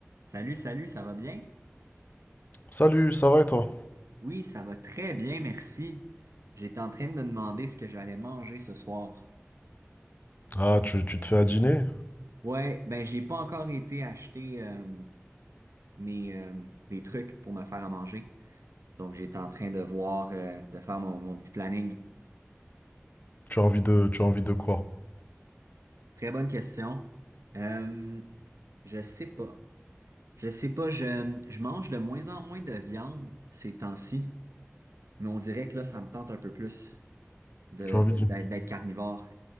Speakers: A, on the right; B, on the left.
A: Salut, salut, ça va bien?
B: Salut, ça va et toi?
A: Oui, ça va très bien, merci. J'étais en train de me demander ce que j'allais manger ce soir.
B: Ah, tu, tu te fais à dîner?
A: Ouais, ben j'ai pas encore été acheter euh, mes, euh, mes trucs pour me faire à manger. Donc j'étais en train de voir, euh, de faire mon, mon petit planning.
B: Tu as envie de, tu as envie de quoi?
A: Très bonne question. Euh, je sais pas. Je sais pas, je, je mange de moins en moins de viande ces temps-ci, mais on dirait que là, ça me tente un peu plus de,
B: Tu as
A: de-
B: envie d'une...
A: d'être d'être carnivore.